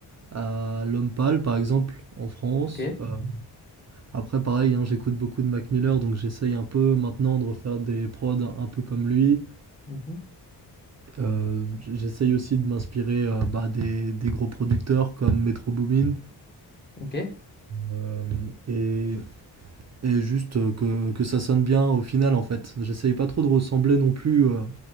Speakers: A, on the right; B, on the left.
A: à L'Homme Pâle, par exemple, en France.
B: Ok.
A: Heu, après pareil, hein, j'écoute beaucoup de Mac Miller, donc j'essaye un peu maintenant de refaire des prods un un peu comme lui.
B: Mhm.
A: Heu, j j'essaye aussi de m'inspirer, heu, bah, des des gros producteurs comme Metro Boomin.
B: Ok.
A: Hem et et juste, heu, que que ça sonne bien au final, en fait. J'essaye pas trop de ressembler non plus, heu,